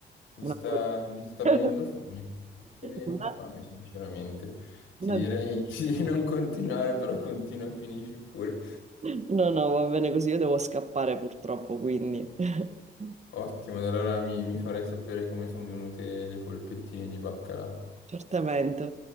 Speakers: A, on the left; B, on the right.
A: Mi
B: una...
A: sta, mi sta
B: <laughs>
A: venendo fame, mi sta venendo
B: una-
A: fame, sinceramente. Ti
B: una-
A: direi <laughs> di non continuare, però continua, finisci pure.
B: No, no, va bene così, io devo scappare purtroppo, quindi... <laughs>
A: Ottimo, ad allora mi, mi farai sapere come sono venute le polpettine di baccalà.
B: Certamente.